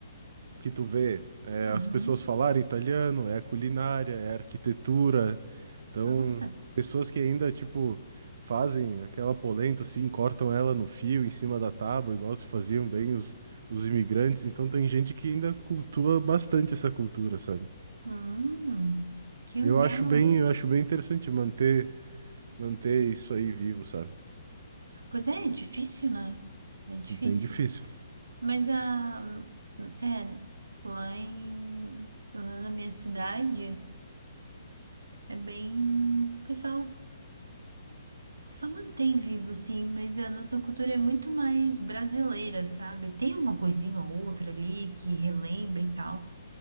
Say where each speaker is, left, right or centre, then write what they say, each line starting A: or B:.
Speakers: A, on the right (about 60°); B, on the right (about 85°).
A: que tu vê é,
B: Uhum.
A: as pessoas falarem italiano, é a culinária, é a arquitetura. Então,
B: Nossa.
A: pessoas que ainda, tipo, fazem aquela polenta assim, cortam ela no fio, em cima da tábua, igual se faziam bem os, os imigrantes. Então, tem gente que ainda cultua bastante essa cultura, sabe?
B: Hum, que
A: Eu
B: legal.
A: acho bem, eu acho bem interessante manter, manter isso aí vivo, sabe?
B: Pois é, é difícil, né? É difícil.
A: É Bem difícil.
B: Mas a é lá em lá na minha cidade é bem o pessoal Só mantém vivo, sim, mas a nossa cultura é muito mais brasileira, sabe? Tem uma coisinha ou outra ali que relembra e tal,